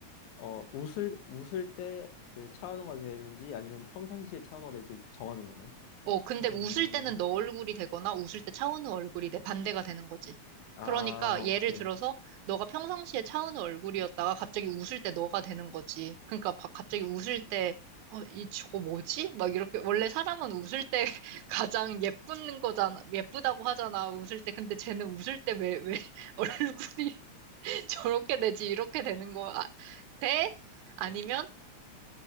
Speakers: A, on the left; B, on the right.
A: 어, 웃을, 웃을 때 그 차원화가 되는지 아니면 평상시에 차원화가 될지 정하는 거네.
B: 어, 근데
A: 음,
B: 웃을 때는 너 얼굴이 되거나 웃을 때 차은우 얼굴이 내 반대가 되는 거지.
A: 아,
B: 그러니까 예를
A: 오케이.
B: 들어서 너가 평상시에 차은우 얼굴이었다가 갑자기 웃을 때 너가 되는 거지. 그러니까 바- 갑자기 웃을 때 어, 이 저거 뭐지? 막 이렇게 원래 사람은 웃을 때 <laughs> 가장 예쁜 거잖아. 예쁘다고 하잖아. 웃을 때. 근데 쟤는 웃을 때 왜, 왜 <laughs> 얼굴이 <laughs> 저렇게 되지? 이렇게 되는 거 아, 돼? 아니면